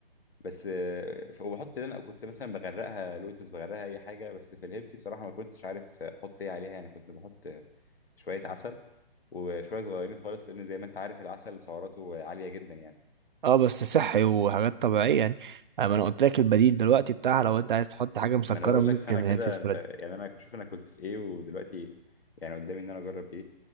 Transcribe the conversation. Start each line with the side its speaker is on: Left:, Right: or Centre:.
Left: بس آه، ف- وبحط لنا كنت مثلا بغرقها لوتس بغرقها اي حاجه بس في الهيلثي بصراحه ما كنتش عارف احط ايه عليها يعني كنت بحط شوية عسل وشوية صغيرين خالص لأن زي ما أنت عارف العسل سعراته عالية جدا يعني
Right: اه بس صحي وحاجات طبيعية يعني اما انا قلت لك البديل دلوقتي بتاعها لو انت عايز تحط حاجة مسكرة
Left: ما أنا بقول
Right: ممكن
Left: لك فأنا كده
Right: هيلث سبريد
Left: أنت يعني أنا شوف أنا كنت في إيه ودلوقتي يعني قدامي إن أنا أجرب إيه